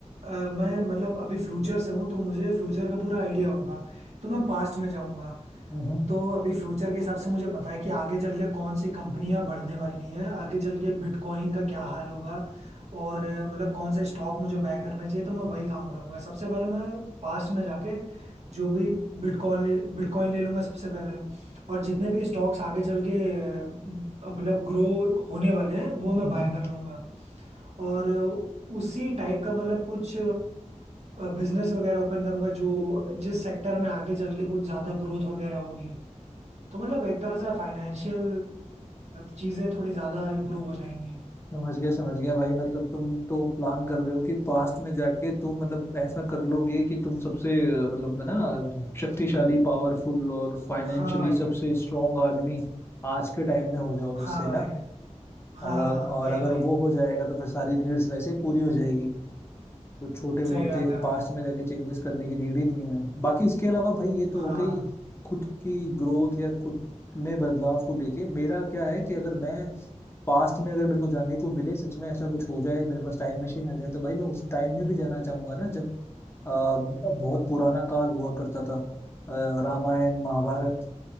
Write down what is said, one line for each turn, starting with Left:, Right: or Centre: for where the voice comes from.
Right: अ, मैं मतलब अभी फ्यूचर से हूँ तो मुझे फ्यूचर का पूरा आइडिया होगा तो मैं पास्ट में जाऊंगा
Left: हम्म
Right: तो अभी फ्यूचर के हिसाब से मुझे पता है कि आगे चल के कौन सी कंपनियां बढ़ने वाली हैं आगे चल के बिटकॉइन का क्या हाल होगा और अ, मतलब कौन से स्टॉक मुझे बाय करने चाहिए तो मैं वही काम करूंगा सबसे पहले मैं पास्ट में जाके जो भी बिटकॉइन ले बिटकॉइन ले लूंगा सबसे पहले और जितने भी स्टॉक्स आगे चल के अ, मतलब ग्रो होने वाले हैं वो मैं
Left: हम्म
Right: बाय
Left: हम्म।
Right: कर लूंगा और उसी टाइप का मतलब कुछ बिजनेस वगैरह ओपन करूंगा जो जिस सेक्टर में आगे चल के कुछ ज़्यादा ग्रोथ वगैरह होगी तो मतलब एक तरह से फाइनेंशियल चीज़ें थोड़ी ज़्यादा इम्प्रूव हो जाएंगी
Left: समझ गया समझ गया भाई मतलब तुम तो प्लान कर रहे हो कि पास्ट में जाके तुम मतलब ऐसा कर लोगे कि तुम सबसे अ, मतलब है ना शक्तिशाली पावरफुल और फाइनेंशियली
Right: हाँ भाई
Left: सबसे स्ट्रांग आदमी आज के टाइम में हो जाओ जिससे
Right: हाँ
Left: ना
Right: भाई हाँ
Left: और
Right: हाँ
Left: और
Right: वही
Left: अगर
Right: वही
Left: वो हो जाएगा तो फिर सारी नीड्स वैसे ही पूरी हो जाएगी तो छोटे मोटे
Right: सही बात है भाई
Left: पास्ट में जाके चेंजेस करने की नीड ही नहीं है बाकी इसके अलावा भाई ये तो
Right: हाँ
Left: हो गई खुद की ग्रोथ या खुद में बदलाव को लेके मेरा क्या है कि अगर मैं पास्ट में अगर मेरे को जाने को मिले सच में ऐसा कुछ हो जाए मेरे पास टाइम मशीन आ जाए तो भाई मैं उस टाइम में भी जाना चाहूंगा ना जब अ, बहुत पुराना काल हुआ करता था अ, रामायण महाभारत